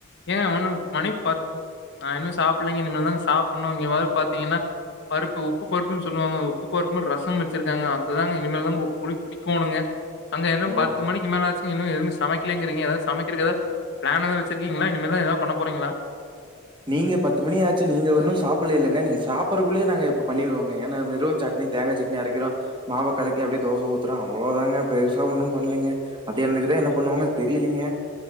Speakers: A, on the left (about 50°); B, on the right (about 20°).
A: ஏன் ஒன்னும் மணி பத் நான் இன்னும் சாப்பிடலங்க இனிமேல் தான் சாப்பிடணும் இங்கே பாத்தீங்கன்னா பருப்பு உப்பு பருப்புன்னு சொல்லுவாங்க உப்பு பருப்புன்ன ரசம் வச்சிருக்காங்க அதுதாங்க இனிமேல் தாங்க ஒரு புடி பிடிக்கோணுங்க அங்க இன்னும்
B: ஓ
A: பத்து மணிக்கு மேல ஆச்சு இன்னும் எதுவுமே சமைக்கலேங்கிறீங்க ஏதாவது சமைக்கிறக்கதா பிளானதான் வச்சுட்டு <unintelligible> இருக்கீங்களா இனிமேதான் ஏதாவது பண்ண போறீங்களா
B: நீங்க பத்து மணியாச்சு நீங்க ஒன்னும் சாப்பிடல இல்லைங்க நீங்க சாப்படுறக்குள்ளயே நாங்க இப்ப பண்ணியிருவோங்க ஏன்னா வெரு சட்னி தேங்காய் சட்னி அரைக்கிறோம் மாவ கலைக்கி அப்படியே தோசை ஊத்துறோம் அவ்வளவுதாங்க பெருசா ஒன்னும் பண்ணலீங்க மத்தியானத்துக்கு தான் என்ன பண்ணுவாங்கு தெரியலீங்க